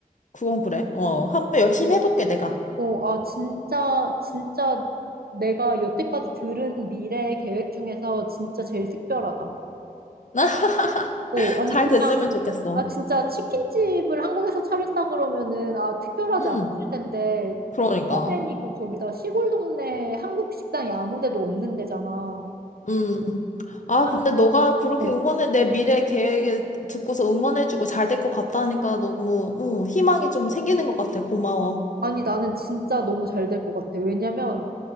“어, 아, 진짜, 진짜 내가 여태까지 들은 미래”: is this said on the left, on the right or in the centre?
Right